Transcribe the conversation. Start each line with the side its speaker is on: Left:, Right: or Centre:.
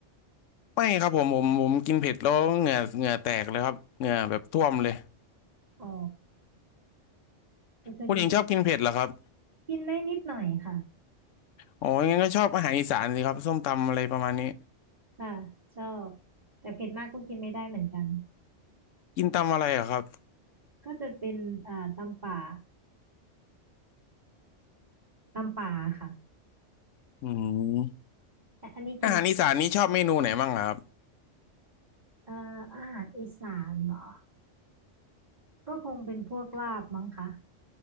Left: ไม่ครับผมผมผมกินเผ็ดแล้วเหงื่อเหงื่อแตกเลยครับเหงื่อแบบท่วมเลย
Right: อ๋อก็คือกิน
Left: คุณหญิงชอบกินเผ็ดเหรอครับ
Right: กินได้นิดหน่อยค่ะ
Left: อ๋องั้นก็ชอบอาหารอีสานสิครับส้มตำอะไรประมาณนี้
Right: ค่ะชอบแต่เผ็ดมากก็กินไม่ได้เหมือนกัน
Left: กินตำอะไรเหรอครับ
Right: ก็จะเป็นเอ่อตำป่าตำป่าค่ะ
Left: อืม
Right: แต่อันนี้กิน
Left: อาหารอีสานนี้ชอบเมนูไหนบ้างเหรอครับ
Right: เอ่ออาหารอีสานเหรอก็คงเป็นพวกลาบมั้งคะ